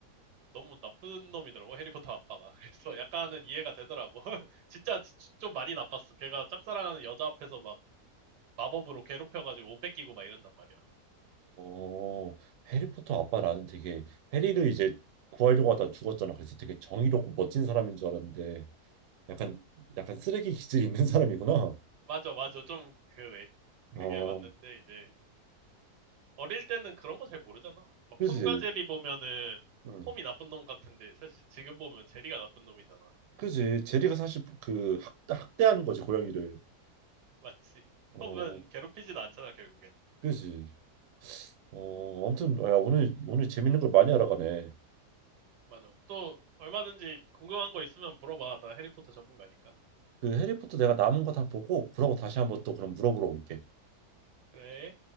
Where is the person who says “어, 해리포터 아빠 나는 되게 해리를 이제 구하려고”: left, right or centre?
Right